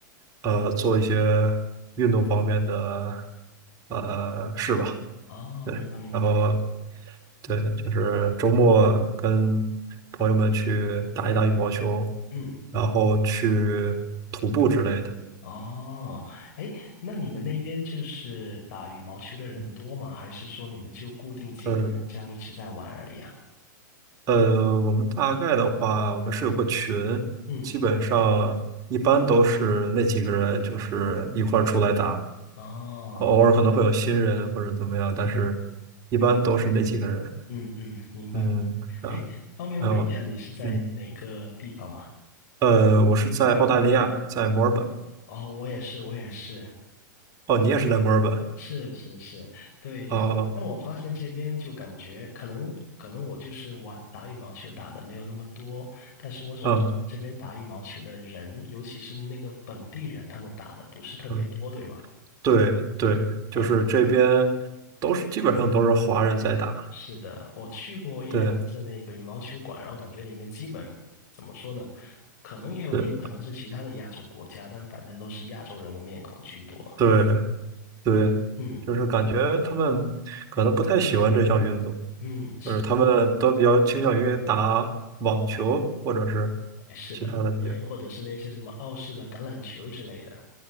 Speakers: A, on the right; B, on the left.
A: 呃做一些运动方面的呃事吧，
B: 哦，
A: 对，
B: 明白明白，
A: 然后对，就是周末跟朋友们去打一打羽毛球，
B: 嗯，
A: 然后去徒步之类的。
B: 哦，诶，那你们那边就是打羽毛球的人多吗？
A: 嗯，
B: 还是说你们就固定几个人这样一直在玩而已啊？
A: 呃呃，我们大概的话，我们是有个群，
B: 嗯，
A: 基本上一般都是那几个人，就是一块儿出来打，
B: 哦，
A: 偶尔可能会有新人或者怎么样，但是一般都是那几个人。
B: 嗯嗯，明白。
A: 嗯，啊，
B: 诶，方便问一下你是在哪个地方吗？
A: 还有，嗯，呃，我是在澳大利亚，在墨尔本。
B: 哦，我也是，我也是。
A: 哦，你也是在墨尔本？
B: 是是是，对，但我但我发现这边就感觉可能可能我就是玩打羽毛球打的没有那么多，
A: 啊，
B: 但是我总这边打羽毛球的人，
A: 嗯
B: 尤其是那个本地人，他们打的不是特别多，
A: 嗯，
B: 对吗？
A: 对对，就是这边都是基本上都是华人在打。
B: 啊，是的，我去过一两次那个羽毛球馆，
A: 对
B: 然后感觉里面基本怎么说呢？可能也有也有可能是其他的亚洲国家，
A: 对
B: 但反正都是亚洲人的面孔居多。
A: 对。对，
B: 嗯
A: 就是感觉他们可能不太喜欢这项运动，
B: 嗯，是的，
A: 就是他们都比较倾向于打网球或者是
B: 哎是的，
A: 其他的比较。
B: 对，或者是那些什么澳式的橄榄球之类的。